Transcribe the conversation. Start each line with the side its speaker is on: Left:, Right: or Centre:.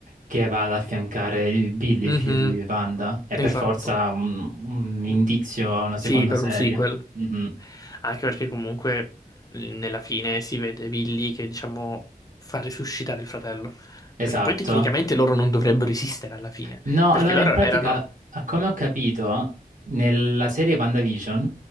Right: che va ad affiancare il- Billy,
Left: Mhm,
Right: figlio di Wanda. È
Left: Esatto.
Right: per forza un, un indizio
Left: Mm.
Right: a una seconda
Left: Sì, per
Right: serie.
Left: un sequel.
Right: Mhm.
Left: Anche perché comunque mhmm, nella fine si vede Billy che, diciamo, fa risuscitare il fratello.
Right: Esatto.
Left: Perché poi tecnicamente loro non dovrebbero esistere alla fine.
Right: No,
Left: Perché
Right: allora
Left: loro
Right: in pratica,
Left: erano...
Right: a come ho capito, nella serie WandaVision,